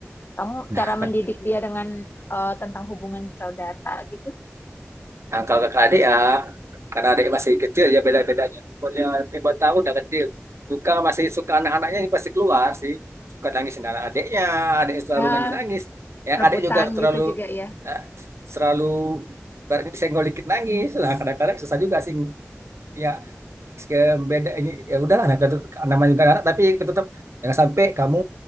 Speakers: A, on the left; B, on the right.
A: Kamu
B: Nah,
A: cara mendidik dia dengan eh, tentang hubungan saudara gitu?
B: nah, kalau kakak adik ya, karena adik masih kecil ya beda-bedanya umurnya lima tahun udah kecil. Suka masih suka anak-anaknya ini pasti keluar sih. Suka nangisin anak adiknya, adik selalu
A: Ah,
B: nangis-nangis. Yang
A: rebutan
B: adik juga terlalu
A: gitu juga ya.
B: eh, selalu berarti disenggol dikit nangis. lah kadang-kadang susah juga sih ya ke- beda ini ya udahlah nah, tetep- namanya juga anak tapi tetap jangan sampai kamu